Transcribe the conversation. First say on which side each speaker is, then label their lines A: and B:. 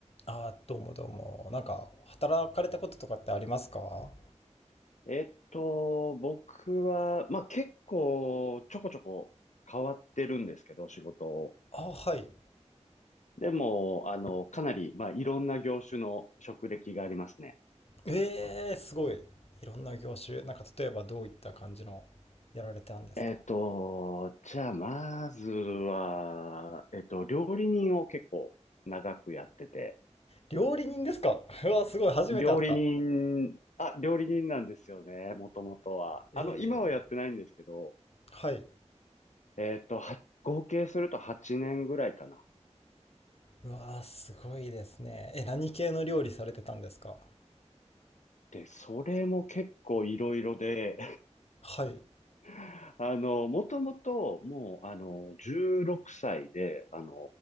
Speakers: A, on the left; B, on the left.
A: あー、どうもどうも。なんか、働かれたこととかってありますか
B: えっと、僕は、まあ、結構ちょこちょこ変わってるんですけど、仕事を。
A: あ、はい。
B: でも、あの、かなり、まあ、いろんな業種の職歴がありますね。
A: えー、すごい。いろんな業種。なんか、例えばどういった感じのやられてたんですか
B: えっと、じゃあ、まずは、えっと、料理人を結構長くやってて、
A: 料理人ですかうわ、すごい。初めて会った。
B: 料理人、あ、料理人なんですよね、もともとは。
A: えー、
B: あの、今はやってないんですけど、
A: はい。
B: えっと、は合計すると8年ぐらいかな。
A: うわー、すごいですね。え、何系の料理されてたんですか
B: で、それも結構いろいろで、
A: はい。
B: あの、もともと、もう、あの、16歳で、あの、